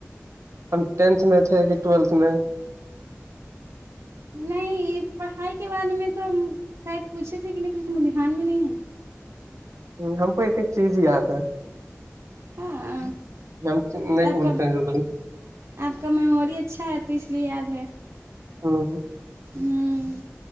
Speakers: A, on the right; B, on the right.
A: ہم ٹینتھ میں تھے کہ ٹویلتھ میں
B: نہیں یہ پڑھائی کے بارے میں تو شاید پوچھے تھے کہ نہیں کچھ ہم دھیان میں نہیں ہے
A: ہم کو ایک ایک چیز یاد ہے
B: ہاں
A: ہم ہم نہیں
B: آپ
A: بولتے
B: کا
A: ہیں
B: آپ کا میموری اچھا ہے تو اس لیے یاد ہے
A: ہاں
B: م